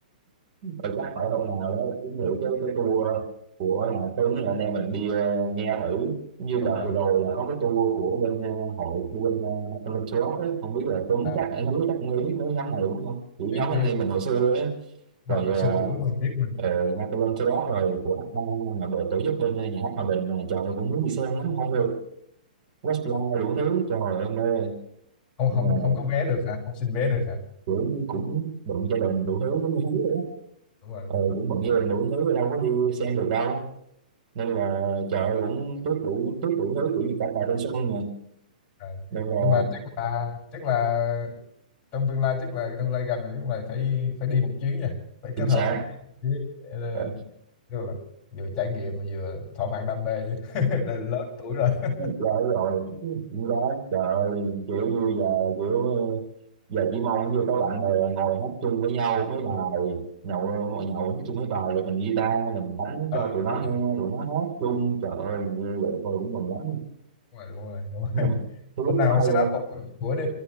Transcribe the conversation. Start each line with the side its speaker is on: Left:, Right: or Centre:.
Right: chắc phải hôm nào đó kiếm thử cái cái tour của Hà Tuấn là anh em mình đi ờ, nghe thử như
Left: đúng
Right: đợt
Left: rồi
Right: vừa rồi là có cái tour của bên ờ, hội của bên uh, Michael Lynch Rock á không biết là Tuấn
Left: à,
Right: chắc anh Hiếu chắc nghe biết mấy nhóm này đúng không kiểu
Left: biết
Right: nhóm anh
Left: biết
Right: em mình hồi xưa á
Left: mà
Right: rồi
Left: xưa
Right: ờ,
Left: tuổi mình biết mình
Right: Ờ, Michael Antrop rồi của Abba là đội tổ chức bên nhà hát Hòa Bình này, trời ơi, cũng muốn đi xem lắm không được Westlife đủ thứ trời ơi mê
Left: không
Right: nhưng
Left: không
Right: mà
Left: không có vé được hả không xin vé được hả
Right: kiểu như cũng bận gia đình đủ thứ giống như Hiếu ấy.
Left: đúng rồi đúng
Right: ờ, cũng bận
Left: rồi
Right: gia đình đủ thứ đâu có đi xem được đâu nên là trời ơi, cũng tiếc đủ tiếc đủ thứ kiểu như cả thời thanh xuân mà
Left: à.
Right: nên là
Left: nhưng mà chắc là chắc là trong tương lai chắc là tương lai gần nhưng mày phải phải đi một chuyến nha phải
Right: chính
Left: kết
Right: xác
Left: hợp đi một chuyến để, ờ,
Right: Ờ,
Left: tức là vừa trải nghiệm mà vừa thỏa mãn đam mê chứ <laughs> Là lớn tuổi rồi <laughs>
Right: rồi rồi cũng đó trời kiểu như giờ kiểu giờ chỉ mong như có bạn bè ngồi hát chung với nhau mấy bài
Left: Đúng.
Right: nhậu nhậu hát chung mấy bài rồi mình guitar mình đánh
Left: Ờ,
Right: cho
Left: đúng
Right: tụi nó
Left: rồi
Right: nghe tụi nó hát chung trời ơi như vậy thôi cũng mừng lắm
Left: đúng rồi đúng rồi đúng rồi
Right: <laughs>
Left: <laughs>
Right: Hiếu
Left: hôm nào
Right: có
Left: mà
Right: hay
Left: set
Right: không?
Left: up cục cuối đi